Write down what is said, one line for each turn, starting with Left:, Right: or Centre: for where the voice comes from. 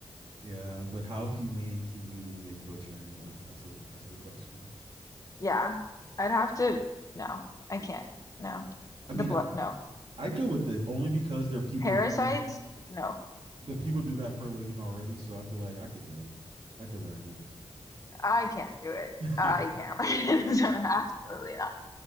Right: Yeah, but how humane can you make butchering though? That's a that's the question.
Left: Yeah, I'd have to. No, I can't. No,
Right: I mean,
Left: the blood.
Right: I-
Left: No,
Right: I'd go with it only because there are people
Left: parasites.
Right: who do
Left: No.
Right: the people do that for a living already, so I feel like I could do it. I could learn it.
Left: I can't do it.
Right: <laughs>
Left: I can't. <laughs> So, Absolutely not.